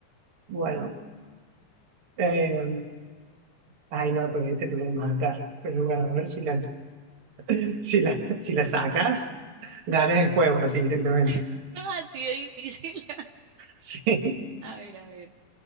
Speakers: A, on the right; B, on the right.
A: Bueno, Eh, ay, no, porque este te voy a matar. Pero bueno, a ver si la, <laughs> si la, si la sacas, ganas el juego así directamente.
B: <laughs>
A: <laughs>
B: Así de difícil. <laughs>
A: Sí.
B: A ver, a ver.